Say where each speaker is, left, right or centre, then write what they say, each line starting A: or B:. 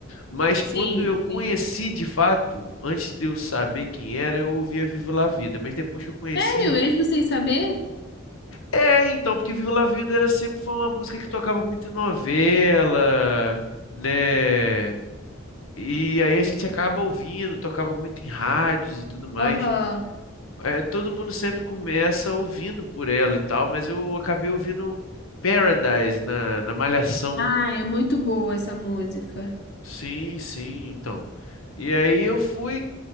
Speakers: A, on the left; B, on the left.
A: Mas
B: Sim.
A: quando eu conheci
B: sim.
A: de fato, antes de eu saber quem era, eu ouvia Viva La Vida. Mas depois que eu conheci.
B: Sério, mesmo sem saber?
A: É, então, porque Viva La Vida era sempre foi uma música que tocava muito em novela, né? E aí a gente acaba ouvindo, tocava muito em rádios e tudo mais.
B: Aham.
A: É, todo mundo sempre começa ouvindo por ela e tal, mas eu acabei ouvindo Paradise na, na Malhação.
B: Ah, é muito boa essa música.
A: Sim, sim, então. E aí eu fui